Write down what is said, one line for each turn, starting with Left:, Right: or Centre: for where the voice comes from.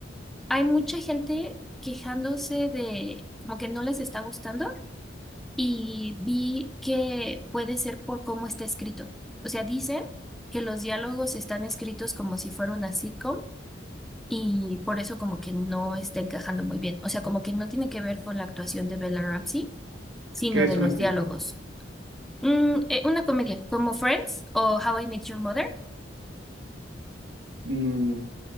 Centre: hay mucha gente quejándose de como que no les está gustando y vi que puede ser por cómo está escrito. O sea, dicen que los diálogos están escritos como si fuera una sitcom y por eso como que no está encajando muy bien. O sea, como que no tiene que ver con la actuación de Bella Ramsey sino
Right: ¿Qué es
Centre: de
Right: una
Centre: los
Right: sitcom?
Centre: diálogos. Mm, eh, una comedia como Friends o How I Met Your Mother,
Right: Mm,